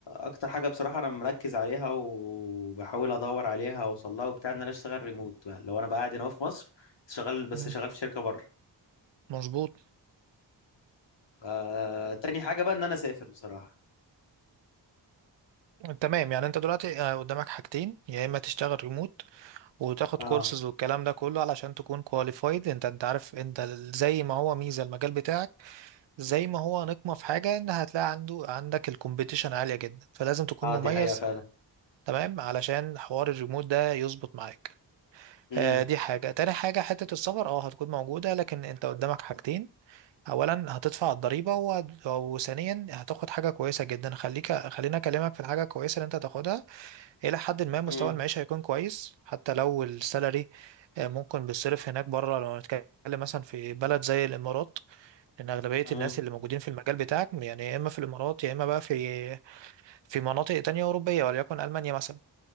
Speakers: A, on the left; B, on the right.
A: اكتر حاجه بصراحه انا مركز عليها وبحاول ادور عليها واوصل لها وبتاع ان انا اشتغل ريموت بقى لو انا بقى قاعد هنا في مصر شغال بس
B: مم.
A: شغال في شركه بره
B: مظبوط
A: آه... تاني حاجه بقى ان انا اسافر بصراحه
B: تمام يعني انت دلوقتي آه، قدامك حاجتين يا اما تشتغل ريموت وتاخد
A: اه
B: كورسز والكلام ده كله علشان تكون كواليفايد انت انت عارف انت ال- زي ما هو ميزة المجال بتاعك زي ما هو نقمة في حاجة ان هتلاقي عنده عندك الكومبيتيشن عالية جدا فلازم تكون
A: اه
B: مميز
A: دي حقيقه فعلا
B: تمام علشان حوار الريموت ده يظبط معاك
A: امم
B: آه دي حاجة تاني حاجة حتة السفر اه هتكون موجودة لكن انت قدامك حاجتين اولا هتدفع الضريبة وهت- وثانيا هتاخد حاجة كويسة جدا خليك خليني اكلمك في الحاجة الكويسة اللي انت هتاخدها الى حد ما مستوى
A: امم
B: المعيشة هيكون كويس حتى لو السالري آه، ممكن بيصرف هناك بره لو هنتكلم مثلا في بلد زي الامارات لان اغلبيه
A: امم
B: الناس اللي موجودين في المجال بتاعك يعني يا اما في الامارات يا اما بقى في في مناطق تانية اوروبيه وليكن المانيا مثلا